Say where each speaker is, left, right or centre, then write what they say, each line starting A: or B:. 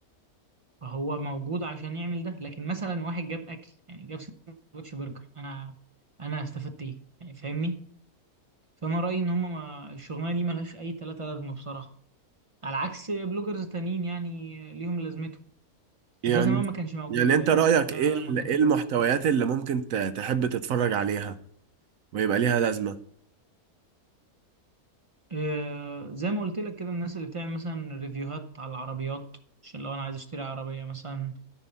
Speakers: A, on the right; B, on the right.
A: فهو موجود عشان يعمل ده لكن مثلا واحد جاب أكل يعني جاب سندوتش برجر أنا أنا استفدت إيه يعني فاهمني فأنا رأيي إن هما ما الشغلانة دي ملهاش أي تلاتة لازمة بصراحة على عكس بلوجرز تانيين يعني ليهم لازمتهم
B: يعني
A: ده زمان ما كانش موجود
B: يعني
A: فاهم
B: انت رأيك
A: ده
B: ايه ال-
A: ما كانش
B: ايه
A: موجود
B: المحتويات
A: زمان
B: اللي ممكن ت- تحب تتفرج عليها ويبقى ليها لازمة
A: آه زي ما قلت لك كده الناس اللي بتعمل مثلا ريفيوهات على العربيات عشان لو انا عايز اشتري عربية مثلا